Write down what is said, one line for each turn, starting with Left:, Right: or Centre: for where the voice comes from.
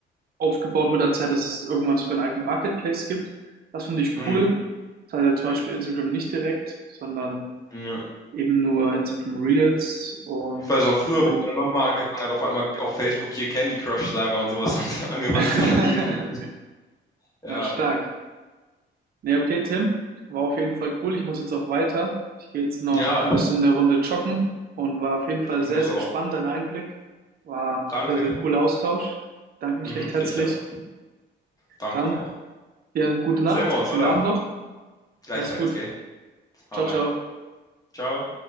Right: aufgebaut mit der Zeit, dass es irgendwann sogar einen eigenen Marketplace gibt. Das finde ich
Left: Mhm.
Right: cool. Das hat ja zum Beispiel Instagram nicht direkt, sondern
Left: Ja.
Right: eben nur Instagram Reels und
Left: Ich weiß auch früher,
Right: mit
Left: wo meine Mama angefangen hat, auf einmal auf Facebook hier Candy Crush Saga und sowas <laughs> angefangen
Right: <laughs> ja,
Left: zu spielen. Ja,
Right: stark. Nee, okay, Tim. War auf jeden Fall cool. Ich muss jetzt auch weiter. Ich gehe jetzt noch
Left: ja,
Right: ein bisschen eine Runde joggen und war auf jeden Fall
Left: ich
Right: sehr,
Left: muss
Right: sehr
Left: auch.
Right: spannend, dein Einblick. War
Left: Danke.
Right: sehr, sehr cooler Austausch. Danke mich
Left: Mhm,
Right: recht
Left: finde
Right: herzlich.
Left: ich auch. Danke
Right: Dann
Left: auch.
Right: dir eine gute Nacht,
Left: Sehen wir uns,
Right: schönen
Left: oder?
Right: Abend noch.
Left: Gleichfalls,
Right: Mach's gut.
Left: gell? Hau
Right: Ciao,
Left: rein.
Right: ciao.
Left: Ciao.